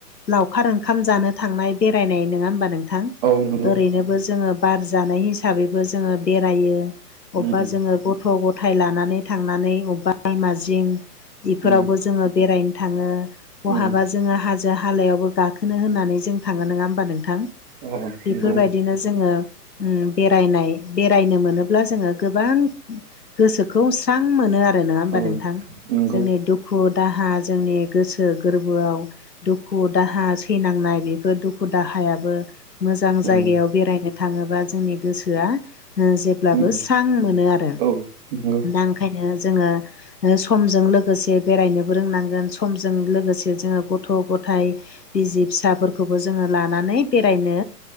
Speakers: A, on the left (about 80°); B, on the right (about 35°).
A: लावखार ओंखाम जानो थांनाय बेरायनाय नङा होमबा नोंथां?
B: औ नंगौ
A: ओरैनो जोङो बार जानाय हिसाबैबो जोङो बेरायो अबेबा
B: उम
A: जोङो गथ' गथाय लानानै थांनानै अबेबा दैमा जिं बेफोरावबो
B: उम
A: जोङो बेरायनो थाङो बहाबा
B: उम
A: जोङो हाजो हालायावबो गाखोनो होननानै जों थाङो नङा होमबा नोंथां?
B: अ
A: बेफोरबायदिनो
B: नंगौ
A: जोङो उम बेरायनाय बेरायनो मोनोब्ला जोङो गोबां गोसोखौ स्रां मोनो आरो आरो नङा होमबा
B: औ
A: नोंथां?
B: नंगौ
A: जोंनि दुखु दाहा जोंनि गोसो गोरबोआव दुखु दाहा सैनांनाय बेफोर दुखु दाहायाबो मोजां जायगायाव
B: उम
A: बेरायनो थाङोबा जोंनि गोसोआ जेब्लाबो
B: उम
A: स्रां मोनो आरो
B: औ नंगौ
A: ओंखायनो जोङो समजों लोगोसे बेरायनोबो रोंनांगोन समजों लोगोसे जोङो गथ' गथायाइ बिजसि फिसाफोरखौबो जोङो लानानै बेरायनो